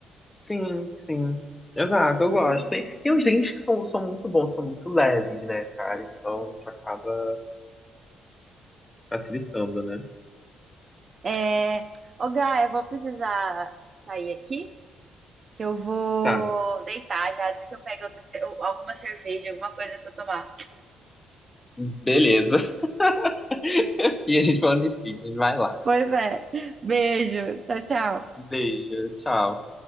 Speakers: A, on the left (about 15°); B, on the right (about 40°).
A: Sim, sim. Exato, eu gosto. Tem, tem uns drinks que são, são muito bons, são muito leves, né, cara? Então isso acaba facilitando, né?
B: É... Ô, Gá, eu vou precisar sair aqui, que eu vou
A: Tá,
B: deitar já antes que eu pegue outra, ce- alguma cerveja, alguma coisa pra eu tomar.
A: beleza. <laughs> E a gente falando de pizza vai lá.
B: Pois é. Beijo. Tchau, tchau.
A: Beijo, tchau.